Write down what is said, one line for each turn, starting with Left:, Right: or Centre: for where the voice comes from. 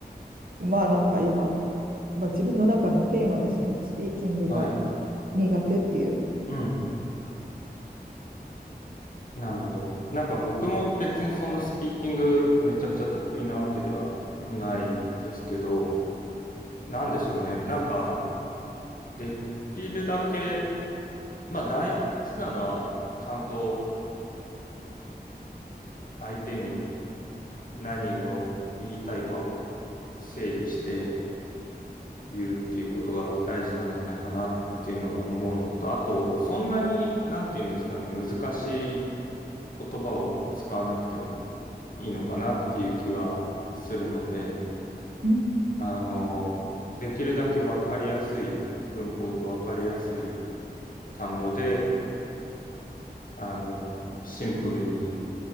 Right: まあなんか今、まあ、自分の中のテーマですね。スピーキングが
Left: はい、
Right: 苦手っていう。
Left: うん。なるほど。なんか僕も別にそんなスピーキングめちゃくちゃ得意なわけではないですけど、なんでしょうね。なんか、できるだけまあ大事なのは、ちゃんと相手に何を言いたいかを整理して言うっていうことが大事なんじゃないかなっていうのが思うのと、あと、そんなに、なんていうんですかね、難しい言葉を使わなくてもいいのかなっていう気はするので、
Right: うん
Left: あの、できるだけわかりやすい文法とわかりやすい単語で、あの、シンプルに